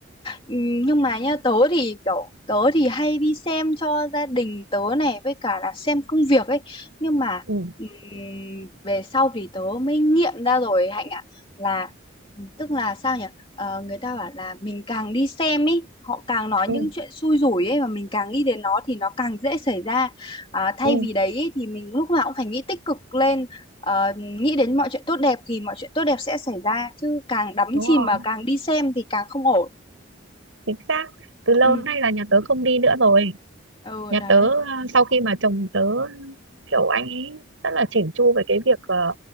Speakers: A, on the left; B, on the right.
A: Ừ, nhưng mà nha tớ thì kiểu tớ thì hay đi xem cho gia đình tớ này với cả là xem công việc ấy nhưng mà
B: ừ,
A: ừm, về sau thì tớ mới nghiệm ra rồi Hạnh ạ là tức là sao nhỉ Ờ, người ta bảo là mình càng đi xem ấy họ càng nói
B: ừ,
A: những chuyện xui rủi ấy mà mình càng nghĩ đến nó thì nó càng dễ xảy ra à, thay
B: ừ,
A: vì đấy ấy, thì mình lúc nào cũng phải nghĩ tích cực lên ờ, nghĩ đến mọi chuyện tốt đẹp thì mọi chuyện tốt đẹp sẽ xảy ra chứ càng đắm
B: đúng
A: chìm
B: rồi
A: và càng đi xem thì càng không ổn
B: chính xác từ lâu
A: Ừ.
B: nay là nhà tớ không đi nữa rồi
A: ừ
B: nhà
A: đấy
B: tớ ờ, sau khi mà chồng tớ kiểu anh ấy rất là chỉn chu về cái việc ờ,